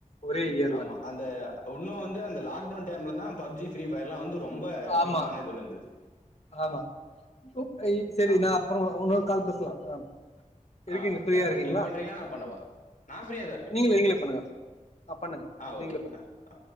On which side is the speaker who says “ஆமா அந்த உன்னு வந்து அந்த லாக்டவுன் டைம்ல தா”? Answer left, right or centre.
Left